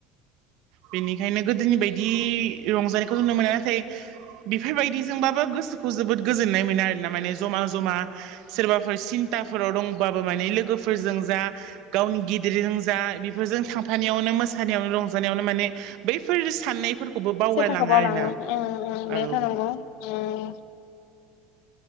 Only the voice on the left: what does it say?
सेन्टारखौ बावलाङो
उम उम बे
थानांगौ उम